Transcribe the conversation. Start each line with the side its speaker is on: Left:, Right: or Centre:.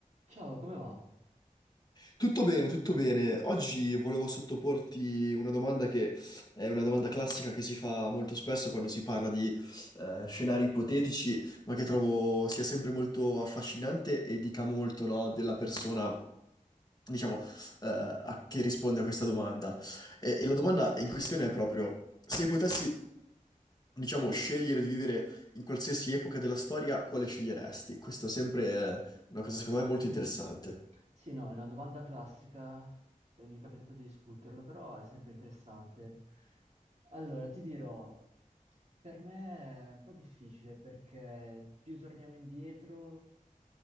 Right: Ciao, come va?
Left: Tutto bene, tutto bene. Oggi volevo sottoporti una domanda che è una domanda classica che si fa molto spesso quando si parla di eh, scenari ipotetici, ma che trovo sia sempre molto affascinante e dica molto, no, della persona, diciamo, eh, a- che risponde a questa domanda. E, e la domanda in questione è proprio, se potessi, diciamo, scegliere di vivere in qualsiasi epoca della storia, quale sceglieresti? Questa è sempre eh, una cosa, secondo me, molto
Right: Mm.
Left: interessante.
Right: Sì, no, è una domanda classica, eh, mi è capitato di discuterlo, però è sempre interessante. Allora, ti dirò, per me è un po' difficile perché più torniamo indietro,